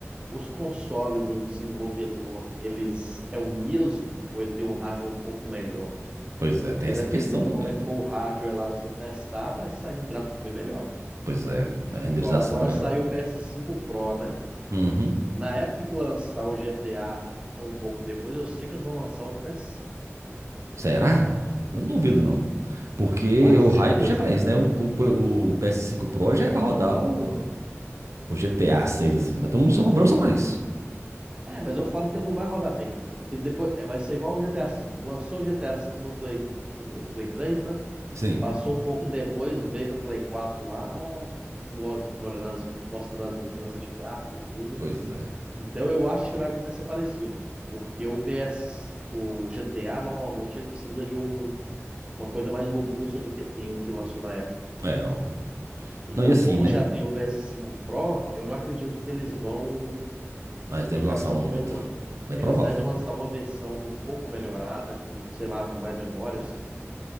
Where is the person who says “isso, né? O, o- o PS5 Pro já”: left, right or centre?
Right